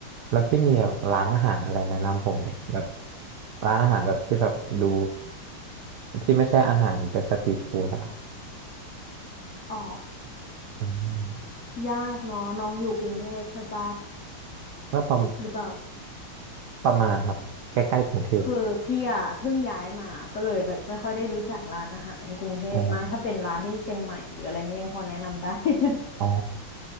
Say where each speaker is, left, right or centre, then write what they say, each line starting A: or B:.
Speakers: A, on the right; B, on the left.
A: แล้วพี่มีแบบร้านอาหารอะไรแนะนำผมไหมแบบร้านอาหารแบบที่แบบดูที่ไม่ใช่อาหารแบบสตรีทฟู้ดอะ
B: อ๋อ
A: อืม
B: ยากเนาะน้องอยู่กรุงเทพใช่ปะ
A: ก็ประ
B: หรือเปล่า
A: ประมาณครับใกล้ๆกรุงเทพ
B: คือพี่อ่ะเพิ่งย้ายมาก็เลยแบบไม่ค่อยได้รู้จักร้านอาหารกรุงเทพมากถ้าเป็นร้านที่เชียงใหม่หรืออะไรเงี้ยยังพอแนะนำได้
A: อ๋อ
B: <laughs>
A: อ๋อ